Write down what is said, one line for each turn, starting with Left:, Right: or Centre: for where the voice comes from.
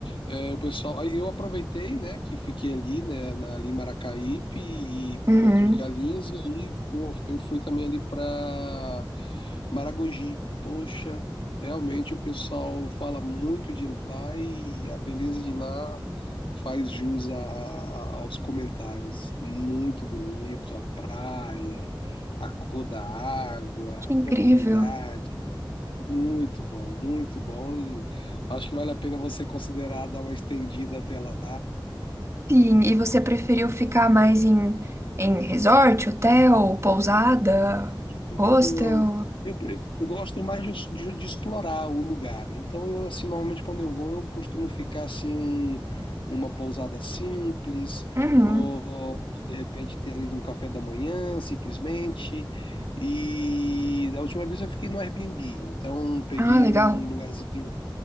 Left: é, o pessoal. aí Eu aproveitei, né, que fiquei ali, né, na, ali em Maracaípe e
Right: Uhum,
Left: Porto de Galinhas, e aí pô, eu fui também ali para Maragogi. Poxa, realmente o pessoal fala muito de lá e a beleza de lá faz jus a- a- aos comentários. Muito bonito, a praia, a cor da água,
Right: que
Left: a
Right: incrível.
Left: tranquilidade. Muito bom, muito bom. E acho que vale a pena você considerar dar uma estendida até lá.
Right: Sim, e você preferiu ficar mais em, em resort, hotel, pousada,
Left: Não.
Right: hostel?
Left: Eu, eu gosto mais de, de- de explorar o lugar, né? Então, eu, assim, normalmente quando eu vou, eu costumo ficar, assim, um- uma pousada simples,
Right: Uhum.
Left: ou de repente ter ali um café da manhã, simplesmente. E da última vez eu fiquei no Airbnb, então peguei
Right: Ah, legal.
Left: um lugarzinho,